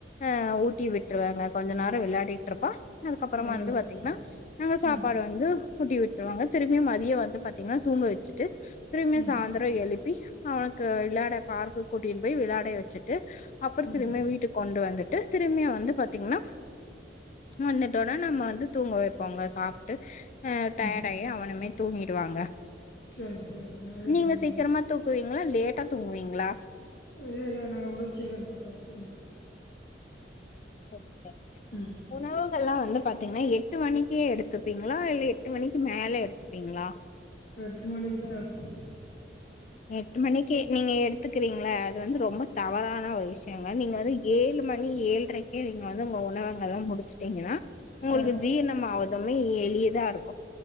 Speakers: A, on the left; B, on the left.
A: ஆஹ் உப் ட்டி விட்ருவேங்க கொஞ்ச நேர வெளயாடிட்ருப்பா அதுக்கப்பறமா
B: நல்லது.
A: வந்து பாத்தீங்னா நாங்க சாப்பாடு
B: ம்.
A: வந்து ஊட்டி விட்ருவாங்க திருப்பியும் மதிய வந்து பாத்தீங்கனா தூங்க வச்சுட்டு திரும்பியு
B: ம்.
A: சாய்ந்தர எழுப்பி அவனுக்கு விளாட பார்க்க்கு கூட் டின் போய் விளாட வச்சிட்டு அப்ற
B: ம்.
A: திரும்ப வீட்டுக்கு கொண்டு வந்து டஸ் திறமையா வந்தா பாத் திங்ளா உம் வந்துட் இப்பதா நம்ம வந்து தூங்க வைப்பாங்க சாப்ட் ட்டு நாங்க டயர்ட்டாயி
B: ம்.
A: அவன மாரி தூங்கிடுவாங்க
B: சரி, சரி. நல்லது,
A: நீங்க
B: நல்லது.
A: சீக்கிரமா தூக்குவீங்ளா லேட்டா தூங்குவீங்ளா
B: இல்ல இல்ல நா கூட சீக்கரமாதா தூங்குவே
A: செரி செரிங்க
B: ம்.
A: உணவு இப்ப எல்லா வந்து பாத்தீங்னா எட்டு மணிக்கே எடுத்துப்பீங்களா இல்ல எட்டு மணிக்கு மேல எடுத்துப்பீங்களா
B: எட்டு மணிக்குதா எடுத்துக்
A: எட்டு மணிக்கு நீங்க எடுத்துக்றீங்ள அது வந்து ரொம்ப தவறான ஒரு விஷ்யங்க நீங்க வந்து ஏழு மணி ஏழ்ரைக்கே நீங்க வந்து உங்க உணவங்கள்லா முடிச்சுட்டீங்கனா உங்களுக்கு
B: சரி
A: ஜீர்ணம் ஆவதுமே எளிதா இருக்